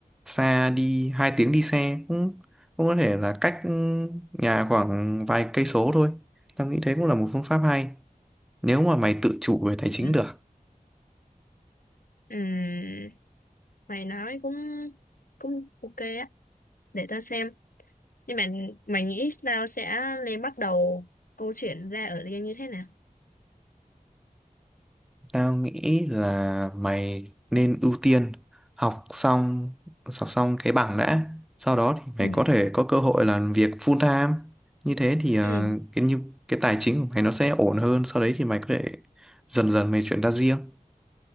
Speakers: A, in the centre; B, on the left.
A: xa đi hai tiếng đi xe cũng cũng có thể là cách nhà khoảng vài cây số thôi tao nghĩ thế cũng là một phương pháp hay nếu mà mày tự chủ về tài chính
B: Ừ.
A: được
B: Ừm, mày nói cũng cũng ok á, để tao xem. Nhưng mà mày nghĩ tao sẽ lên bắt đầu câu chuyện ra ở Liên như thế nào?
A: Tao nghĩ là mày nên ưu tiên học xong học xong cái bằng đã, sau đó thì mày
B: Ừ.
A: có thể có cơ hội làm việc full time. Như thế thì ờ,
B: Ừ.
A: cái như cái tài chính của mày nó sẽ ổn hơn, sau đấy thì mày có thể dần dần mày chuyển ra riêng.